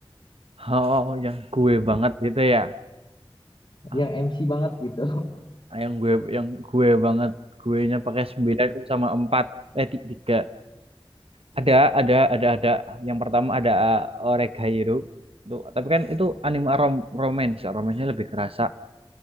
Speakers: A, on the right (about 75°); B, on the left (about 50°).
A: oh yang gue banget gitu ya Ah,
B: yang MC banget gitu
A: yang gue yang gue banget guenya pakai 9 sama 4, eh 3. Ada, ada, ada, ada. Yang pertama ada uh, Oregairu. Tuh, tapi kan itu anime rom romance, romance-nya lebih kerasa.